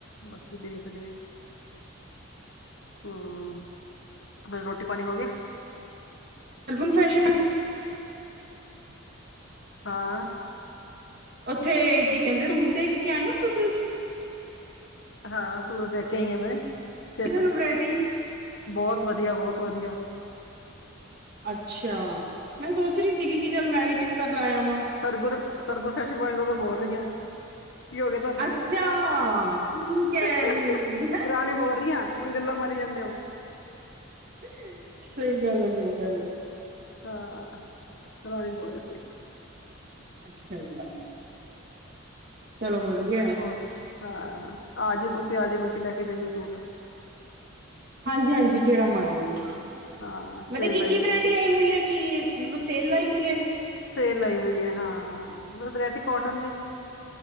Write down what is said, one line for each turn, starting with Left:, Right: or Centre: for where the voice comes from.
Left: ਬਾਕੀ ਦੇਖਦੇ ਆਂ, ਹਾਂ। ਹੁਣ ਰੋਟੀ-ਪਾਣੀ ਹੋ ਗਿਆ।
Right: ਅਲਗੁਨ ਫੈਸ਼ਨ
Left: ਹਾਂ।
Right: ਉੱਥੇ ਕੀ ਕਹਿੰਦੇ ਸੂਟ ਦੇਖ ਕੇ ਆਏ ਓਂ ਤੁਸੀਂ?
Left: ਹਾਂ ਸੂਰ ਦੇਖ ਕੇ ਆਈ ਆ ਮੈਂ ਛੇ
Right: ਤੁਹਾਨੂੰ
Left: ਸੱ,
Right: ਵਰਾਇਟੀ
Left: ਬੋਤ ਵਧੀਆ ਬੋਤ ਵਧੀਆ।
Right: ਅੱਛਾ, ਮੈਂ ਸੋਚ ਰੀ ਸੀਗੀ ਕਿ ਚੱਲ ਮੈਂ ਵੀ ਚੱਕਰ ਲਾਇ ਆਵਾਂ।
Left: ਸਰਗੁਨ, ਸਰਗੁਨ ਫੈਸ਼ਨ ਪਾਆਣੀ ਦਾ ਤਾਂ ਬੋਲ ਰੀਆਂ। ਕੀ ਹੋ ਗਿਆ ਤੁਹਾਨੂੰ?
Right: ਅੱਛਾ, ਠੀਕ ਹੈ
Left: <unintelligible>
Right: ਜੀ।
Left: ਰਾਣੀ ਬੋਲ ਰੀ ਆ। ਉਈ ਗੱਲਾਂ ਮਾਰੀ ਜਾਂਨੇ ਓ।
Right: <unintelligible> ਸਈ ਗੱਲ ਸਈ ਗੱਲ।
Left: ਹਾਂ, ਰਾਣੀ ਬੋਲ ਰਹੀ ਸੀ।
Right: ਅੱਛਾ ਜੀ <unintelligible> ਚਲੋ ਵਧੀਆ।
Left: ਹੋਰ ਹਾਂ, ਆ ਜਇਉ ਤੁਸੀਂ ਆਜੋ ਬਲਕਿ ਲੈ ਕੇ ਜਾਈਓ ਸੂਟ।
Right: ਹਾਂਜੀ, ਹਾਂਜੀ ਗੇੜਾ ਮਾਰਾਂਗੇ,
Left: ਹਾਂ
Right: ਪਤਾ
Left: ਸੇਲ
Right: ਕੀ-ਕੀ
Left: ਆਈ ਹੋਈ
Right: ਵਿਰਾਇਟੀ
Left: ਹੈ
Right: ਆਈ ਹੋਈ ਏ? ਕੀ? ਮਤਲਬ ਸੇਲ ਲਾਈ ਹੋਈ ਐ।
Left: ਸੇਲ ਲਾਈ ਹੋਈ ਐ ਹਾਂ, ਵਰਾਇਟੀ ਕੋਟਨ ਦੀ,